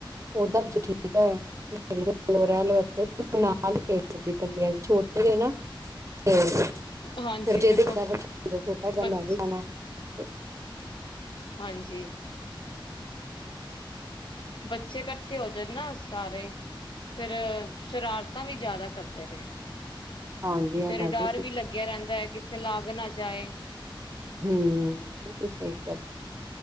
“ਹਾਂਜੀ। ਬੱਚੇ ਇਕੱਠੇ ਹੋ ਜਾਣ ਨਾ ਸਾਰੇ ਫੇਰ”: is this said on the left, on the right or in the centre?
Left